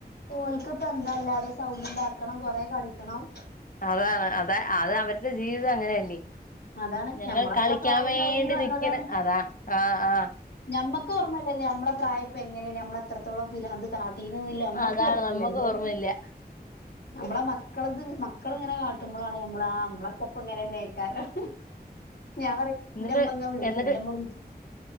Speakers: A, on the left (about 70°); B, on the left (about 55°).
A: ഓൾക്ക് ഇപ്പ എന്താല്ല സൗണ്ട് ഉണ്ടാക്കണം കൊറെ കളി ക്കണം
B: അതാണ് അത അത് അവരുടെ ജീവിതം അങ്ങനെയല്ലേ.
A: അതാണ്
B: ഞങ്ങൾ
A: ഞമ്മളൊക്കെ
B: കളിക്കാൻ
A: ആ പ്രായം
B: വേണ്ടി
A: കഴിഞ്ഞ് വന്നതാണ്
B: നിക്കണ് അതാ. ആ ആ
A: ഞമ്മക്ക് ഓർമ്മല്ലല്ലേ നമ്മള പ്രായ എങ്ങനെയാണ് നമ്മ എത്രോളം പിരാന്ത്‌ കാ ട്ടിന്നില്ല നമ്മക്കും
B: അതാണ്
A: ഓർമ്മല്ലല്ലേ
B: നമ്മക്ക് ഓർമ്മയില്ല
A: നമ്മളെ മക്കള മക്കളിങ്ങനെ കാട്ടുമ്പോഴാണ് നമ്മള നമ്മളെ പ്പ ഇങ്ങനെന്ന കേക്കാരം ഞാൻ പറ
B: എന്നിട്ട്
A: എന്റെമ്മങ്ങ വിളിക്കു
B: എന്നിട്ട്
A: എന്റെമ്മ വിളിച്ചു